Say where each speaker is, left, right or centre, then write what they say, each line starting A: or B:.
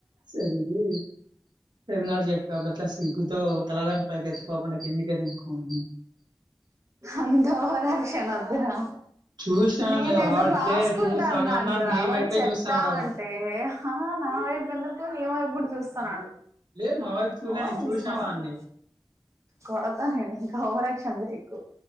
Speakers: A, on the right; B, on the right.
A: సరిది సెమినార్ చెప్పితే అప్పుడు క్లాస్ సిగ్గుతో తలగాని పైకి ఎత్తుకోకుండా కిందికే దింపుకోని
B: అంత ఓవర్ యాక్షన్ వద్ వద్దు రా
A: చూసానులే
B: నేను ఏదో
A: వాడు ఇట్లే
B: రాసుకుంటా
A: చూస్తానే
B: అన్నాను
A: ఉన్నాడు
B: రా
A: నీ
B: వాడు
A: వైపే
B: చెప్తావుంటే
A: చూస్తున్నాడు వాడు
B: నా వైపు ఎందు ఇప్పుడు నీ వైపు గూడా చూస్తున్నాడు
A: లే మా వైపు చూడలే
B: నోరు
A: నేను
B: మూసుకున్నాడు
A: చూసిన వాడిని
B: కొడతా నేను ఇం ఓవర్ యాక్షన్ చేయకు